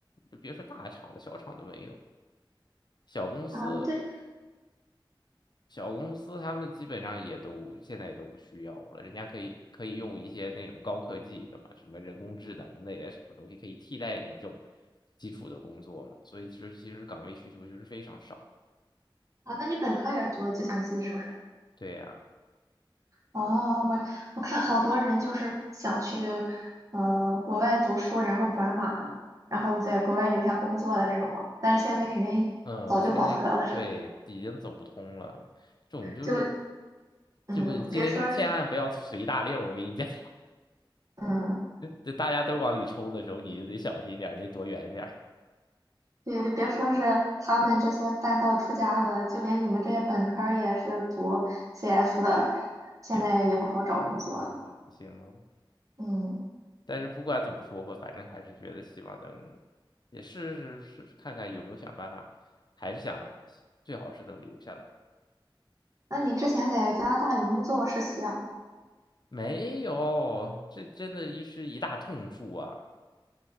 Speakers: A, on the left; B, on the right.
A: 就别说大厂了，小厂都没有，小公司
B: 啊，对
A: 小公司他们基本上也都现在也都不需要了，人家可以可以用一些那种高科技的嘛，什么人工智能的呀，什么东西可以替代你这种基础的工作嘛，所以其实其实岗位需求就是非常少。
B: 啊，那你本科也是读的计算机是不是？
A: 对呀、
B: 哦，我我看好多人就是想去呃国外读书，然后转码，然后在国外留下工作的这种，但是现在肯定早就饱和了，
A: 嗯，现在对已经走不通了，
B: 是不是
A: 这种就是
B: 就嗯，
A: 这不今天就千万不要随大溜儿，
B: 别说
A: 我跟你讲，<laughs>
B: 嗯，
A: 这大家都往里冲的时候，你就得小心点儿，你躲远点儿
B: 对，就别说是他们这些半道出家的，就连你们这些本科儿也是读 CS 的，现在也不好找工作，
A: 也不行，嗯，也不行了。
B: 嗯。
A: 但是不管怎么说吧，反正还是觉得希望能也试试试看看有没有想办法，还是想最好是能留下来。
B: 那你之前在加拿大有没有做过实习啊？
A: 没有，这真的一是一大痛处啊！